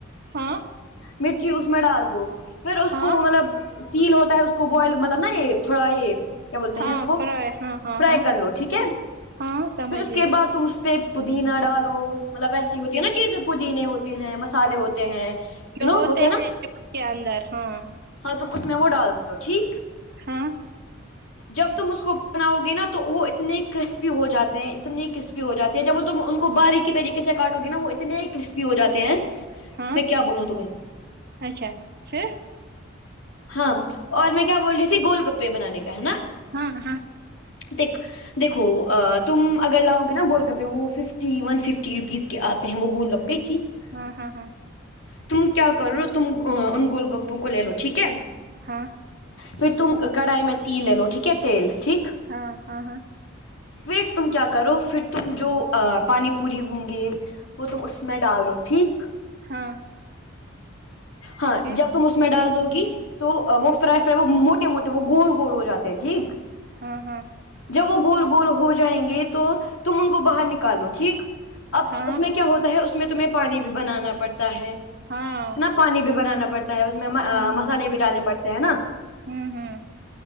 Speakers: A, on the right; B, on the left.
A: ہاں <unintelligible>
B: مرچی اس میں ڈال دو پھر اس
A: ہاں
B: کو مطلب <unintelligible> تیل ہوتا ہے اس کو بوائل مطلب نا یہ تھوڑا یہ کیا بولتے
A: ہاں
B: ہیں اس کو
A: فرائے ہاں ہاں
B: فرائی
A: ہاں
B: کر لو ٹھیک ہے
A: ہاں سمجھ
B: پھر اس
A: گئی
B: کے بعد تم اس پہ پودینہ ڈالو مطلب ویسی ہوتی ہے نا چیزیں پودینے ہوتی ہیں مسالے ہوتے ہیں یو
A: جو
B: نو ہوتے ہیں نا
A: چپ کے اندر ہاں
B: ہاں تو تم اس م میں وہ ڈال دو ٹھیک <unintelligible>
A: ہاں <unintelligible>
B: جب تم اس کو بناؤ گی نا تو وہ اتنے کرسپی ہو جاتے ہیں اتنی کرسپی ہو جاتی ہے جب وہ تم ان کو باریی طریقے سے کاٹو گی نا وہ اتنے کرسپی ہو جاتے ہیں
A: ہاں
B: میں کیا بولوں تمہیں
A: اچھا پھر
B: ہاں اور میں کیا بول رہی تھی گول گپے بنانے کا ہے نا
A: ہاں ہاں <unintelligible>
B: د ایک <unintelligible> دیکھو تم اگر لاؤ گے نا گولڈ کپے وہ ففٹی ون ففٹی روپیز کے آتے ہیں وہ گولڈ کپے پھی <unintelligible>
A: ہاں ہاں ہاں
B: تم کیا کر رہو تم انگول گپو کو لے لو ٹھیک ہے
A: ہاں
B: پھر تم کڑھائی میں تیل لے لو ٹھیک ہے تیل ٹھیک
A: ہاں ہاں ہاں
B: فیٹ تم کیا کرو پھر تم جو پانی پوری ہوں گے وہ تم اس میں ڈال دو ٹھیک
A: ہاں
B: ہاں
A: پھر
B: جب تم اس میں ڈال دو گی تو
A: ہوں
B: وہ فرائی ھر وہ موٹے موٹے وہ گول گول ہو جاتے ہیں ٹھیک
A: ہوں ہوں
B: جب وہ گول گول ہو جائیں گے تو تم ان کو باہر نکالو ٹھیک اب
A: ہاں
B: اس میں کیا ہوتا ہے اس میں تمہیں پانی بھی بنانا پڑتا ہے <unintelligible>
A: ہاں <unintelligible>
B: نا پانی بھی بنانا پڑتا ہے اس میں
A: ہوں
B: مسالے بھی ڈالنے پڑتے ہیں نا <unintelligible>
A: ہوں ہوں <unintelligible>